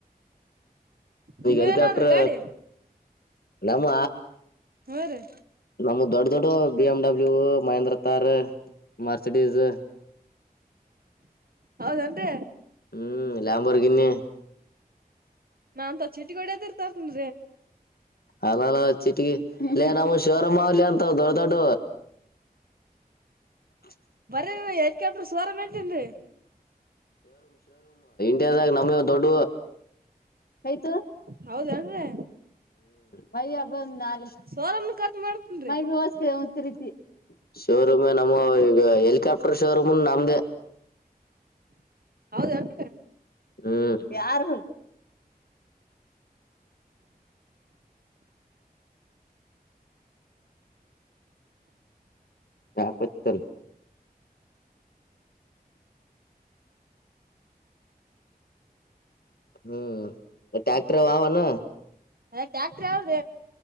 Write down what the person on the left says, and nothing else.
ಈಗ ಹೆಲಿಕಾಪ್ಟರ್
ನಮ್ಮ
ನಮ ದೊಡ್ ದೊಡ್ಡ B M W Mahindra Thar Mercedes
ಹ್ಮ್ ಲಯಂಬರ್ಗಿನ್ನಿ
ಅಲ ಅಲ ಚಿಟಕಿ ಇಲ್ಲನ್ಮಶೋರೂಮ್ ಆಲಿ ಅಂತ ದೊಡ್ಡ ದೊಡ್ಡ <unintelligible>
ದಾಗ ನಮಗೆ ದೊಡ್ಡ ಆಯ್ತು
ಮರಿ ಅಬ ನಾಳೆ
<unintelligible> ಪ್ರಫಷೋರೂಮ ನಮದ
ಹ ಯಾರದು ಕ ಪತ್ತರ್ ಹ್ಮ್ ಟ್ಯಾಕ್ಟರ್ ಅವನ